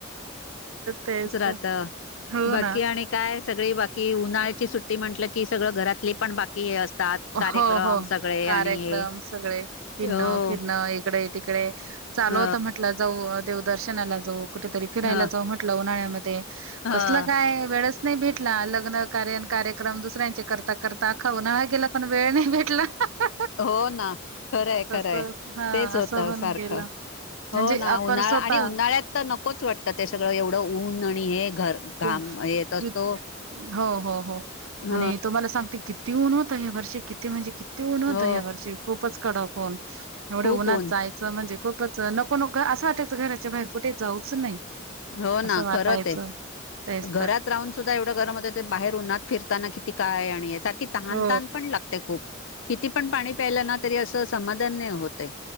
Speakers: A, on the right; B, on the left.
A: तेच तर
B: आता
A: हो
B: बाकी
A: ना.
B: आणि काय सगळी बाकी उन्हाळाची सुट्टी टी की म्हटलं की, सगळं घरातली पण बाकी हे असतात कार्यक्रम
A: हो हो
B: सगळे
A: कार्यक्रम
B: आणि हे
A: सगळे, हिंडणं
B: हो
A: फिरण इकडे तिकडे चालू
B: ह
A: होत म्हटलं जाऊ, देव दर्शनाला जाऊं कुठेतरी फिरायला
B: ह
A: जाऊ म्हटलं उन्हाळ्यामध्ये.
B: ह
A: कसलं काय वेळच नाही भेटला. लग्न कार्य न कार्यक्रम दुसऱ्यांचे करता करता आख्खा उन्हाळा गेला पण वेळ नाही भेटला. <unintelligible>
B: हो ना, खरंय-
A: तस
B: खरंय
A: हा
B: तेच होतं
A: असं होऊन
B: सारखं.
A: गेलं म्हणजे
B: हो ना,
A: आपण
B: उन्हाळा
A: स्वतः
B: आणि उन्हाळ्यात तर नकोच वाटतं ते सगळं एवढं ऊन आणि हे घर घाम
A: <unintelligible>
B: येत असतो
A: हो हो हो
B: ह
A: आणि तुम्हाला सांगते कि किती ऊन होतं या वर्षी, किती म्हणजे किती ऊन होतं
B: हो
A: या वर्षी. खूपच कडक ऊन. एवढं
B: खूप
A: उन्हात
B: ऊन
A: जायचं म्हणजे खूपच नको नको घ असं वाटायचं, घराच्या बाहेर कुठे जाऊच नाही.
B: हो
A: असं
B: ना
A: वाटायचं
B: खरं ते.
A: तेच
B: घरात
A: तर
B: राहून सुद्धा एवढ गरम होते त बाहेर उन्हात फिरताना किती काय आणि येता तहान
A: हो
B: तान पण लागते खूप. किती पण पाणी प्यायलं ना, तरी अस समाधान नाही होतं.